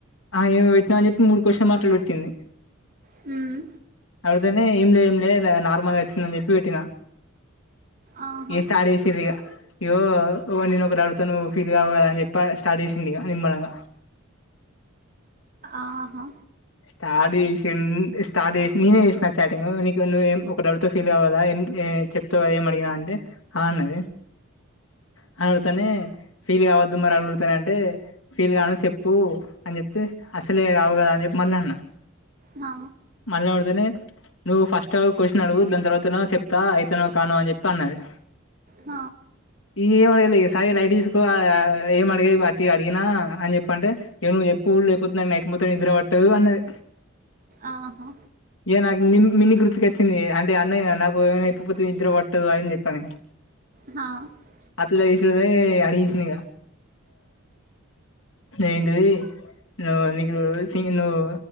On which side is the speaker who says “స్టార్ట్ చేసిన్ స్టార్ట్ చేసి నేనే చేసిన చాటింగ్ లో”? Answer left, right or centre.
Left